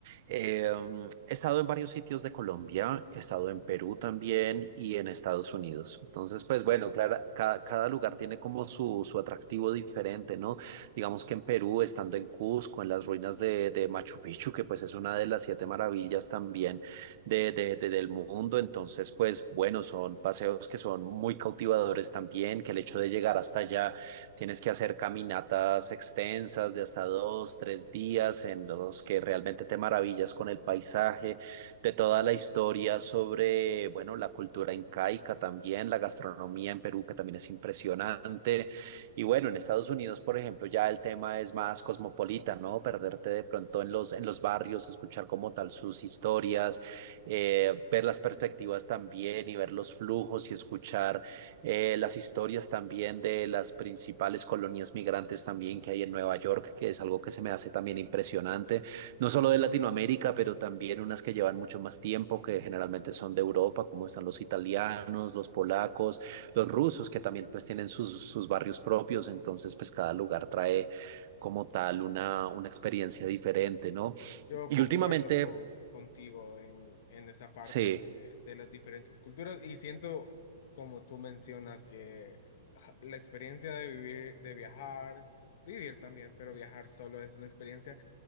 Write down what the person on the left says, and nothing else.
Yo
concuerdo
con, contigo en, en esa parte
de, de las diferentes culturas y siento, como tú mencionas, que ja, la experiencia de vivir, de viajar, vivir también, pero viajar solo es una experiencia